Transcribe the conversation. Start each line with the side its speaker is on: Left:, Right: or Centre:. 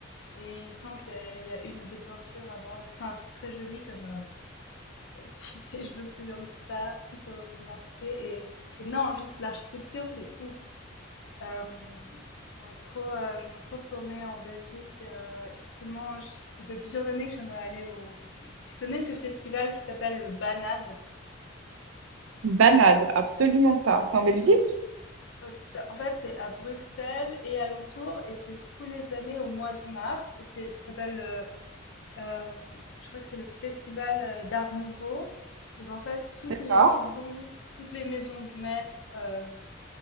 Left: Et il me semble qu'il y, a il y a une ou deux peintures à voir. Enfin, c'est très joli comme euh, <laughs> activité, je me souviens de ça, ça ça m'a marqué. Et, et non, juste l'architecture, c'est ouf. Euh, j'aimerais trop, euh, j'aimerais trop retourner en Belgique. euh, justement, je- ça fait plusieurs années que j'aimerais aller au. Tu connais ce festival qui s'appelle le Banade?
Right: Banade, absolument pas. C'est en Belgique?
Left: Euh, c'est à- en fait, c'est à Bruxelles et alentour, et c'est tous les années au mois de mars. Et c'est, ça s'appelle, euh, euh, je crois que c'est le festival euh, d'Art Nouveau. Donc en fait, toutes
Right: D'accord.
Left: les maisons, toutes les maisons de maîtres, euh,